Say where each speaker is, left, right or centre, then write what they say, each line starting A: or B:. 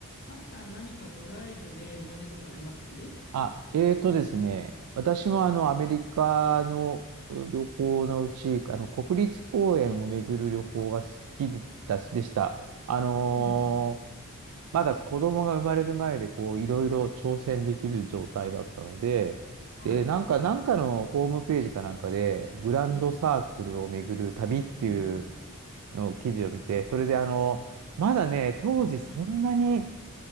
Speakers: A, on the left; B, on the right.
A: マキさん、何かドライブで思い出とかあります
B: あ、えーとですね、私もあのアメリカのう旅行のうち、あの国立公園を巡る旅行が好きでたし、でした。あのー
A: うん。
B: まだ子供が生まれる前でこういろいろ挑戦できる状態だったので、
A: はい。
B: で、なんか、なんかのホームページかなんかで、グランドサークルを巡る旅っていう
A: うん。うん。うんうん。
B: のを記事を見て、それであの、まだね、当時そんなに
A: うん。